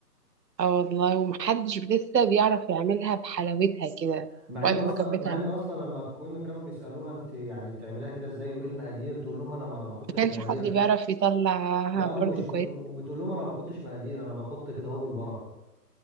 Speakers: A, on the right; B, in the centre.
A: اه والله ومحدش لسه بيعرف يعملها بحلاوتها كده
B: مع
A: وقت
B: ان اصلا
A: ما كانت بتعمل
B: مع ان اصلا لما كنا كانوا بيسالوها انت يعني بتعمليها كده ازاي وايه المقادير تقول لهم انا ما بحطش
A: ما كانش
B: مقادير
A: حد بيعرف يطلعها
B: لا
A: برضه
B: ومش
A: كويس
B: بتقول وبتقول لهم انا ما بحطش مقادير انا بحط كده اهو بالبركه